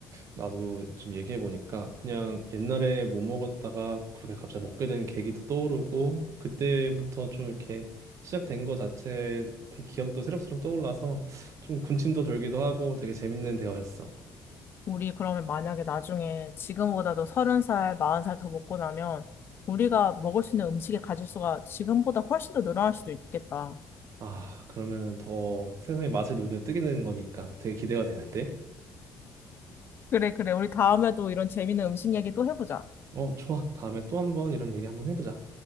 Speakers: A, on the right; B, on the left.
A: 나도 좀 얘기해 보니까 그냥 옛날에 못 먹었다가 그렇게 갑자기 먹게 된 계기도 떠오르고 그때부터 좀 이렇게 시작된 거 자체 되게 기억도 새록새록 떠올라서 좀 군침도 돌기도 하고 되게 재밌는 대화였어.
B: 우리 그러면 만약에 나중에 지금보다도 서른 살, 마흔 살 더 먹고 나면 우리가 먹을 수 있는 음식의 가짓수가 지금보다 훨씬 더 늘어날 수도 있겠다.
A: 아, 그러면은 더 세상의 맛을 눈에 뜨게 되는 거니까 되게 기대가 되는데.
B: 그래, 그래. 우리 다음에도 이런 재밌는 음식 이야기 또 해보자.
A: 어, 좋아. 다음에 또 한번 이런 얘기 한번 해보자.